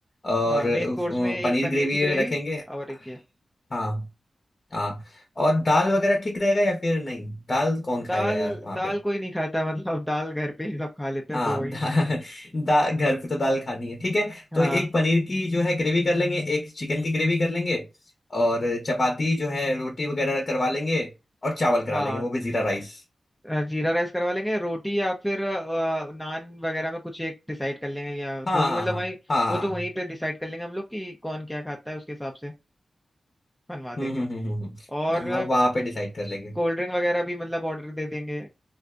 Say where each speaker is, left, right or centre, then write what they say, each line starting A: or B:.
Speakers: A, on the left; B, in the centre.
A: और
B: हाँ मेन
A: अ,
B: कोर्स में एक
A: पनीर
B: पनीर
A: ग्रेवी
B: की ग्रेवी
A: रखेंगे
B: और एक ये
A: हाँ हाँ और दाल वगैरह ठीक रहेगा या फिर नहीं दाल कौन खाएगा
B: दाल
A: यार वहाँ
B: दाल
A: पे?
B: कोई नहीं खाता <laughs> मतलब दाल घर पे ही सब खा लेते
A: हाँ
B: हैं तो वही
A: <laughs> दाल दा, घर पे तो दाल खानी है ठीक है
B: हाँ
A: तो एक पनीर की जो है ग्रेवी कर लेंगे एक चिकन की ग्रेवी कर लेंगे और चपाती जो है रोटी वगैरह करवा लेंगे और चावल करा
B: हाँ
A: लेंगे वो भी जीरा राइस
B: अ, जीरा राइस करवा लेंगे रोटी या फिर अ, नान वगैरह में कुछ एक डिसाइड कर लेंगे या
A: हाँ
B: जो भी
A: हाँ
B: मतलब
A: हाँ
B: वही
A: हाँ हाँ
B: वो तो
A: हाँ,
B: वहीं पे डिसाइड कर लेंगे हम लोग कि कौन क्या खाता है उसके हिसाब से बनवा
A: हम्म
B: देंगे
A: हम्म हम्म हम्म हम्म।
B: और
A: हाँ वहाँ पे डिसाइड कर लेंगे
B: कोल्ड ड्रिंक वगैरह भी मतलब ऑर्डर दे देंगे